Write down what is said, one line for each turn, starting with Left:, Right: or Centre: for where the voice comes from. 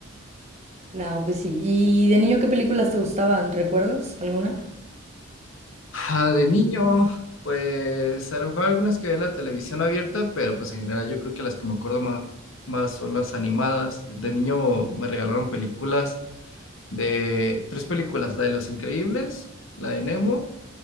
Right: No, pues sí. ¿Y de niño qué películas te gustaban? ¿Recuerdas alguna?
Left: Ah, de niño, pues a lo mejor algunas que veía en la televisión abierta, pero pues en general yo creo que las que me acuerdo más, más son las animadas. De niño me regalaron películas de tres películas, la de Los Increíbles, la de Nemo